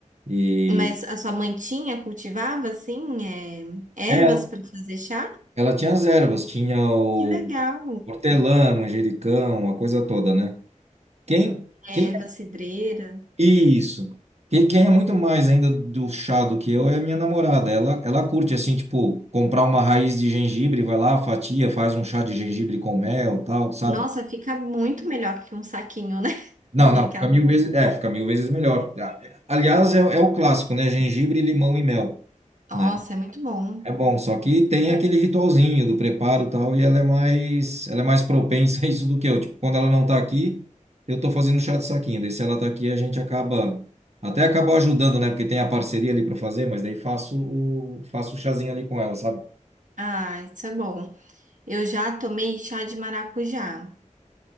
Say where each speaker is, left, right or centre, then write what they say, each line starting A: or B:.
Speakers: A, on the right; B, on the right.
A: E
B: Mas a sua mãe tinha, cultivava, assim, é,
A: ela,
B: ervas para fazer chá?
A: ela tinha as ervas, tinha o
B: Que legal!
A: hortelã, manjericão, a coisa toda, né? Quem,
B: Erva
A: quem
B: cidreira.
A: Isso. Quem, quem é muito mais ainda do chá do que eu é a minha namorada. Ela, ela curte, assim, tipo, comprar uma raiz de gengibre, vai lá, fatia, faz um chá de gengibre com mel, tal, sabe?
B: Nossa, fica muito melhor que um saquinho, né? <laughs>
A: Não,
B: Do que
A: não,
B: aquela.
A: fica mil vezes, é, fica mil vezes melhor. Ah, é. Aliás, é, o- é o clássico, né? Gengibre, limão e mel,
B: Nossa,
A: né?
B: é muito bom.
A: É bom, só que tem aquele ritualzinho do preparo e tal, e ela é mais, ela é mais propensa a isso do que eu. Tipo, quando ela não tá aqui, eu tô fazendo chá de saquinho. Daí se ela tá aqui, a gente acaba até acaba ajudando, né? Porque tem a parceria ali para fazer, mas daí faço o faço o chazinho ali com ela, sabe?
B: Ah, isso é bom. Eu já tomei chá de maracujá.